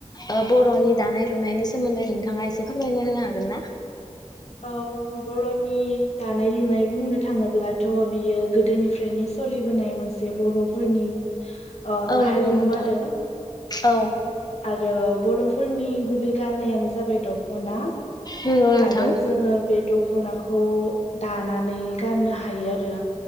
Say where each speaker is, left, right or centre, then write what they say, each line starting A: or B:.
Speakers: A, on the left; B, on the left.
A: ओ बर'नि दानाय लुनायनि सोमोन्दै नोंथाङा एसे फोरमायना होनो हागोन ना <inaudible>
B: औ बर'नि दानाय लुनाय बुंनो थाङोब्लाथ' बियो गोदोनिफ्रायनो सलिबोनाय मोनसे बर'फोरनि ओ
A: औ नंगौ
B: हारिमु
A: नोंथां
B: आरो
A: औ
B: आरो बर'फोरनि गुबै गाननायानो जाबाय दख'ना
A: नंगौ नोंथां
B: आरो जोङो बे दखनाखौ दानानै गाननो हायो आरो